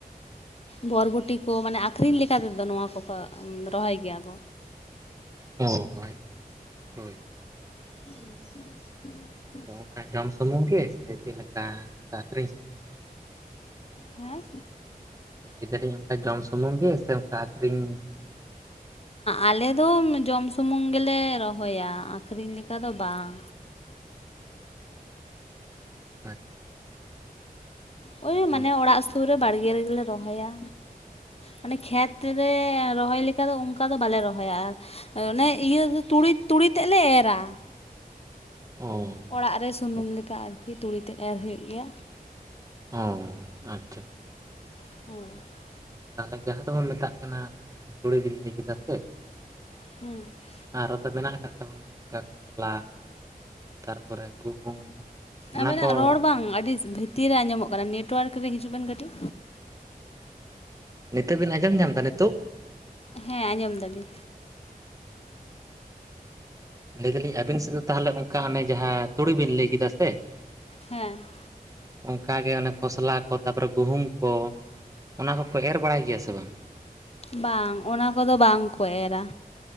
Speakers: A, on the left (about 40°); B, on the right (about 20°).
A: ᱵᱚᱨᱵᱚᱴᱤ ᱠᱚ ᱢᱟᱱᱮ ᱟᱠᱷᱨᱤᱧ ᱞᱮᱠᱟ ᱛᱮ ᱫᱚ ᱱᱚᱣᱟ ᱠᱚᱠᱚ ᱨᱚᱦᱚᱭ ᱜᱮᱭ-ᱟ ᱠᱚ᱾
B: ᱚ᱾ ᱦᱳᱭ ᱦᱳᱭ
A: <inaudible>
B: ᱚᱝᱠᱟ ᱡᱚᱢ ᱥᱩᱢᱩᱝ ᱜᱮ ᱥᱮ ᱪᱮᱫ ᱞᱮᱠᱟ ᱟᱹᱠᱷᱨᱤᱧ?
A: ᱦᱮᱸ
B: ᱞᱟᱹᱭ ᱫᱟᱹᱞᱤᱧ ᱚᱝᱠᱟ ᱡᱚᱢ ᱥᱩᱢᱩᱝ ᱜᱮ ᱥᱮ ᱚᱝᱠᱟ ᱟᱹᱷᱨᱤᱧ?
A: ᱟᱞᱮ ᱫᱚ ᱡᱚᱢ ᱥᱩᱢᱩᱝ ᱜᱮᱞᱮ ᱨᱚᱦᱚᱭ-ᱟ ᱟᱹᱠᱷᱨᱤᱧ ᱞᱮᱠᱟ ᱫᱚ ᱵᱟᱝ᱾
B: ᱟᱪᱪᱷᱟ᱾
A: ᱳᱭ
B: ᱦᱳᱭ
A: ᱢᱟᱱᱮ ᱚᱲᱟᱜ
B: ᱛᱚ
A: ᱥᱩᱨ ᱨᱮ ᱵᱟᱲᱜᱮ ᱨᱮᱜᱮ ᱞᱮ ᱨᱚᱦᱚᱭ-ᱟ᱾ ᱢᱟᱱᱮ ᱠᱷᱮᱛ ᱨᱮ ᱨᱚᱦᱚᱭ ᱞᱮᱠᱟᱱ ᱚᱝᱠᱟ ᱫᱚ ᱵᱟᱞᱮ ᱨᱚᱦᱚᱭ-ᱟ᱾ ᱚᱱᱮ ᱤᱭᱟᱹ ᱛᱩᱲᱤ ᱛᱩᱲᱤ ᱛᱮᱫ ᱞᱮ ᱮᱨᱟ᱾
B: ᱚ ᱟᱪᱪᱷᱟ
A: ᱚᱲᱟᱜ ᱨᱮ ᱥᱩᱱᱩᱢ
B: ᱟᱪᱪᱷᱟ
A: ᱞᱮᱠᱟ ᱟᱨ ᱠᱤ ᱛᱩᱲᱤ ᱛᱮᱫ ᱮᱨ ᱦᱳᱭᱳᱜ ᱜᱮᱭ-ᱟ᱾
B: ᱚ ᱟᱪᱪᱷᱟ᱾
A: <unintelligible>
B: ᱛᱟᱦᱞᱮ ᱡᱟᱦᱟᱸ ᱫᱚ ᱵᱚᱱ ᱢᱮᱛᱟᱜ ᱠᱟᱱᱟ᱾ ᱛᱩᱲᱤ ᱵᱤᱱ ᱞᱟᱹᱭ ᱠᱮᱫᱟ ᱥᱮ?
A: <unintelligible>
B: ᱟᱨ ᱦᱚᱸ ᱛᱚ ᱢᱮᱱᱟᱣ ᱟᱠᱟᱫ <unintelligible> ᱠᱷᱚᱥᱞᱟ ᱛᱟᱨᱯᱚᱨᱮ ᱜᱩᱦᱩᱢ᱾ ᱚᱱᱟ
A: ᱟᱵᱮᱱᱟᱜ
B: ᱠᱚ
A: ᱨᱚᱲ ᱵᱟᱝ ᱟᱹᱰᱤ ᱵᱷᱤᱛᱤᱨ ᱨᱮ ᱟᱸᱡᱚᱢᱚᱜ ᱠᱟᱱᱟ᱾ ᱱᱮᱴᱚᱣᱟᱨᱠ ᱨᱮ ᱦᱤᱡᱩᱜ ᱵᱮᱱ ᱠᱟᱹᱴᱤᱡ᱾
B: ᱱᱤᱛᱚᱜ ᱵᱤᱱ ᱟᱸᱡᱚᱢ ᱧᱟᱢ ᱫᱟ ᱱᱤᱛᱚᱜ?
A: ᱦᱮᱸ ᱟᱸᱡᱚᱢ ᱫᱟᱹᱞᱤᱧ᱾
B: ᱞᱟᱹᱭ ᱫᱟᱹᱞᱤᱧ ᱟᱵᱤᱱ ᱥᱮᱫ ᱫᱚ ᱛᱟᱦᱞᱮ ᱚᱝᱠᱟ ᱚᱱᱮ ᱡᱟᱦᱟᱸ ᱛᱩᱲᱤ ᱵᱤᱱ ᱞᱟᱹᱭ ᱠᱮᱫᱟ ᱥᱮ?
A: ᱦᱮᱸ᱾
B: ᱚᱱᱠᱟ ᱜᱮ ᱚᱱᱮ ᱠᱷᱚᱥᱞᱟ ᱠᱚ ᱛᱟᱯᱚᱨᱮ ᱜᱩᱦᱩᱢ ᱠᱚ᱾ ᱚᱱᱟ ᱦᱚᱸ ᱠᱚ ᱮᱨ ᱵᱟᱲᱟᱭ ᱜᱮᱭᱟ ᱥᱮ ᱵᱟᱝ?
A: ᱵᱟᱝ, ᱚᱱᱟ ᱠᱚ ᱫᱚ ᱵᱟᱝ ᱠᱚ ᱮᱨᱟ᱾